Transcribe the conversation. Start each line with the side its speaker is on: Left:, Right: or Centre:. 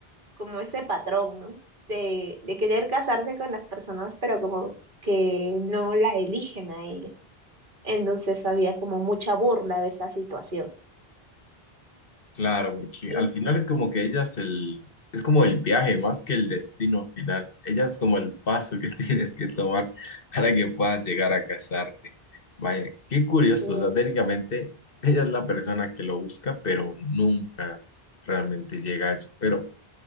Right: como ese patrón, ¿no? De, de querer casarse con las personas, pero como que no la eligen a ella. Entonces había como mucha burla de esa situación.
Left: Claro, porque
Right: Y,
Left: al final es como que ellas el, es como el viaje más que el destino final. Ella es como el paso que <laughs> tienes que tomar para que puedas llegar a casarte. Vaya, qué curioso.
Right: eh,
Left: O sea, técnicamente ella es la persona que lo busca, pero nunca realmente llega a eso. Pero